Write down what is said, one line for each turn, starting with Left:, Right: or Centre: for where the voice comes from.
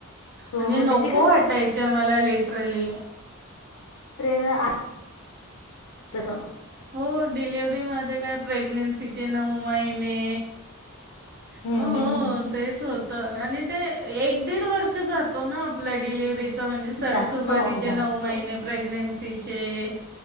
Left: हो
Right: म्हणजे, नको
Left: ते कसं
Right: वाटायच्या. मला लिटरली.
Left: <unintelligible> तस.
Right: हो, डिलिवर्ही मध्ये काय प्रेग्नेन्सीचे नऊ महिने.
Left: हम्म
Right: हो
Left: हम्म हम्म.
Right: तेच होतं आणि ते एक दीड वर्ष जातो ना आपल्या डिलिव्हरीत. म्हणजे,
Left: जास्त
Right: सुरुवातीचे
Left: जास्त
Right: नऊ महिने प्रेग्नन्सी. <unintelligible>